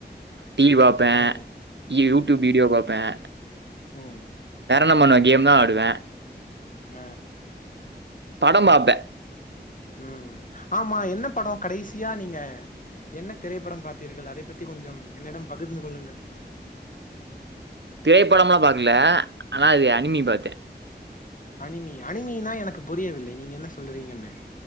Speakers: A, on the right; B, on the left.
A: டிவி பாப்பேன்
B: ம்
A: யூடியூப் வீடியோ பாப்பேன்
B: உம்
A: நம்மன்ன கேம் தா ஆடுவேன்
B: ஹ
A: படம்பாப்பேன்
B: உம் ஆமா என்ன படம் கடைசியா நீங்க என்ன திரைப்பட பார்த்தீர்கள் அதை பத்தி கொஞ்சம் என்னிடம் பகிர்ந்து கொள்ளுங்கள்
A: திரைப்படம்லா பாக்கல ஆனா அது அனிமி பாத்தேன்
B: அனிமி அனிமினா எனக்கு புரியவில்லை நீங்க என்ன சொல்றீங்கன்னு